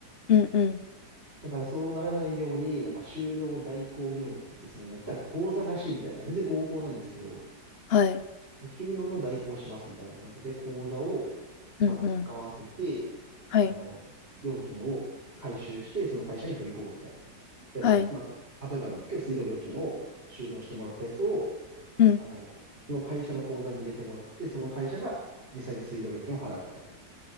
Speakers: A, on the left (about 60°); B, on the right (about 30°).
A: うんうん。
B: だからそうならないように、なんか収納代行業務って言って、その、まあ、言ったら口座貸しみたいな、全然合法なんですけど、
A: はい。
B: 収納の代行をしますみたいな感じで口座を、
A: うんうん。
B: まあ、使わせて、
A: はい。
B: あの、料金を回収して、その会社に振り込むみたいな。例えば、
A: はい。
B: まあ、例えばなんですけど、水道料金を収納してもらったやつを、
A: うん。
B: あの、その会社の口座に入れてもらって、その会社が実際に水道料金を払うみたいな